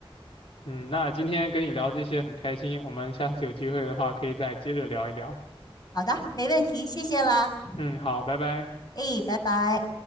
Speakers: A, on the left; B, on the left.
A: 嗯，那今天跟你聊这些很开心，我们下次有机会的话可以再接着聊一聊。
B: 好的，没问题，谢谢啦，
A: 嗯，好，拜拜。
B: 哎，拜拜。